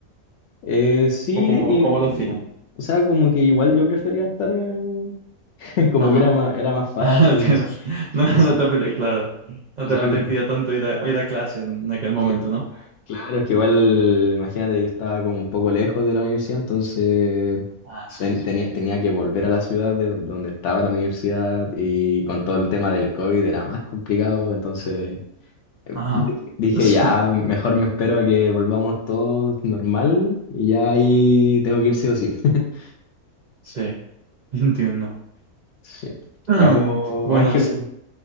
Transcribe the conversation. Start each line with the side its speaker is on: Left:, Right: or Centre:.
Left: Eh, sí,
Right: ¿O cómo,
Left: y-
Right: cómo lo hacían?
Left: o sea, como que igual yo prefería estar, eh, <laughs> como
Right: Ajá.
Left: que era más, era más fácil,
Right: <laughs> Ah, te-
Left: no sé.
Right: No,
Left: no sé.
Right: no te apetecía, claro. No
Left: O
Right: te
Left: sea,
Right: apetecía
Left: m-
Right: tanto ir a, ir a clase en aquel momento,
Left: cl-
Right: ¿no?
Left: claro, es que igual, imagínate, yo estaba como un poco lejos de la universidad, entonces
Right: Ah, sí.
Left: ten- tenía, tenía que volver a la ciudad de don- donde estaba la universidad y con todo el tema del COVID era más complicado, entonces
Right: Ajá.
Left: di- dije,
Right: Sí,
Left: ya, mejor me espero a que volvamos todos normal y ya ahí tengo que ir sí o sí. <laughs>
Right: sí, entiendo.
Left: Sí.
Right: Mm,
Left: Ya, pues,
Right: bueno,
Left: Ángel,
Right: s-